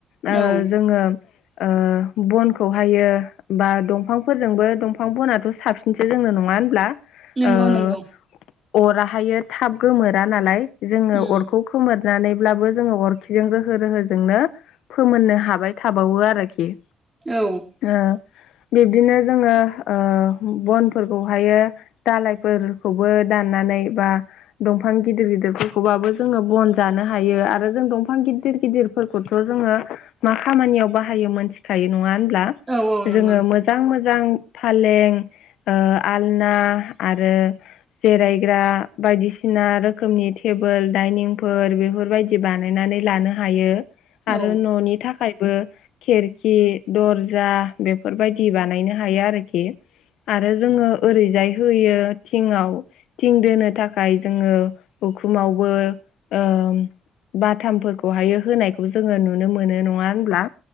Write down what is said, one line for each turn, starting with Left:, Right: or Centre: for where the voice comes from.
Left: ओ
Right: औ
Left: जोङो ओ‌ बनखौहायो बा दंफांफोरजोंबो दंफां बनाथ' साबसिन <unintelligible> जोंनो नङा होनब्ला
Right: नंगौ
Left: ओ
Right: - नंगौ।
Left: अराहायो थाब गोमोरा नालाय जोङो
Right: उम
Left: अरखौ फोमोरनानैब्लाबो जोङो अरखिजों रोहो रोहोजोंनो फोमोननो हागोन जाबाय थाबावो आरोखि।
Right: औ।
Left: ओ बिब्दिनो जोङो ओ बनफोरखौहायो दालायफोरखौबो दाननानै बा दंफां गिदिर - गिदिरफोरखौबाबो जोङो बन जानो हायो आरो जों दंफां गिदिर - गिदिर फोरखौथ' जोङो मा खामानियाव बाहायो मोनथिखायो नङा होनब्ला। जोङो
Right: औ औ नंगौ नोंथां
Left: मोजां - मोजां फालें ओ आलना आरो जिरायग्रा बायदिसिना रोखोमनि टेबोल दाइनिंफोर बेफोरबायदि बानायनानै लानो हायो आरो
Right: औ
Left: न'नि थाखाय थाखायबो खेरखि, दरजा बेफोरबायदि बानायनो हायो आरोखि। आरो जोङो ओरैजाय होयो थिंआव थिं दोनो थाखाय जोङो उखुमावबो ओ बाथामफोरखौहाय होनायखौ जोङो नुनो मोनो नङा होनब्ला।